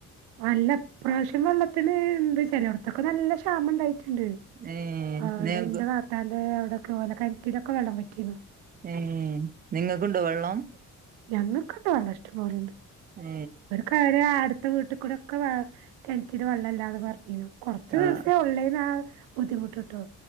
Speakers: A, on the right; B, on the right.
A: അല്ല ഇപ്രാവശ്യം വെള്ളത്തിന് ണ്ട് ചെലോട്ത്തൊക്കെ നല്ല ക്ഷാമം ണ്ടായിട്ടുണ്ട്
B: ഏഹ്
A: അ അവിടെ
B: നിങ്ങക്ക്
A: ന്റെ താത്താന്റെ അവിടൊക്കെ ഓലെ കെണറ്റിലൊക്കെ വെള്ളം വറ്റീന്നു.
B: ഏ നിങ്ങക്ക്ണ്ടോ വെള്ളം?
A: ഞങ്ങകൊക്കുണ്ട്ക്കെ വെള്ളഷ്ടംപോലണ്ട്.
B: ഏ
A: അവരെ അട്ത്ത വീട്ടിക്കൂടൊക്ക വെ കെണറ്റില് വെള്ളല്ലാന്ന് പറഞ്ഞീന്നു. കൊറച്ച
B: ആഹ്
A: ദിവസേ ഉള്ളേനാൽ ആ ബുദ്ധിമുട്ട് ട്ടോ